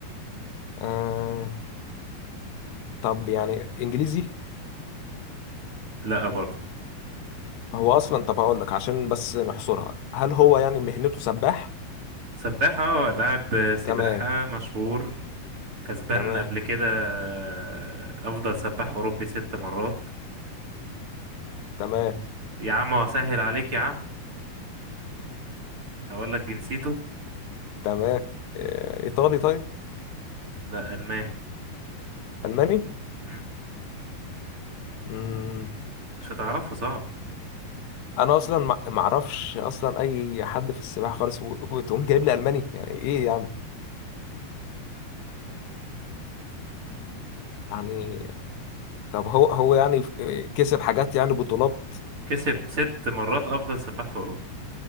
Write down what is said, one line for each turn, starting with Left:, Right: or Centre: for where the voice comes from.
Left: آه، طب يعني انجليزي
Right: لا برضو
Left: هو اصلا طب هقول لك عشان بس نحصرها هل هو يعني مهنته سباح
Right: سباحة اه لاعب سباحة
Left: تمام
Right: مشهور كسبان
Left: تمام
Right: قبل كده آه، افضل سباح اوروبي ست مرات
Left: تمام
Right: يا عم وسهل عليك يا عم اقول لك جنسيته
Left: تمام آه، ايطالي طيب
Right: لا الماني
Left: الماني
Right: مم.
Left: مم.
Right: مش هتعرفه صعب
Left: انا اصلا ما ما اعرفش اصلا اي حد في السباحه خالص و- وتقوم جايب لي الماني يعني ايه يا عم يعني طب هو هو يعني ف- كسب حاجات يعني بطولات
Right: كسب ست مرات افضل سباح في اوروبا